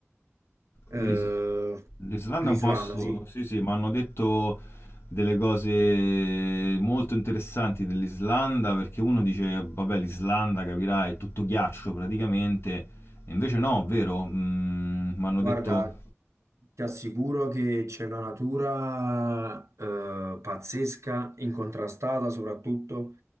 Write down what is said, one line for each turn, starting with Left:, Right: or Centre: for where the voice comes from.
Right: Eh,
Left: L'Is- L'Islanda
Right: l'Islanda,
Left: è un posto,
Right: sì.
Left: sì, sì, mi hanno detto delle cose molto interessanti dell'Islanda, perché uno dice, vabbè, l'Islanda, capirai, è tutto ghiaccio praticamente, e invece no, vero? Mm, mi hanno
Right: Guarda,
Left: detto...
Right: ti assicuro che c'è una natura eh, pazzesca, incontrastata soprattutto.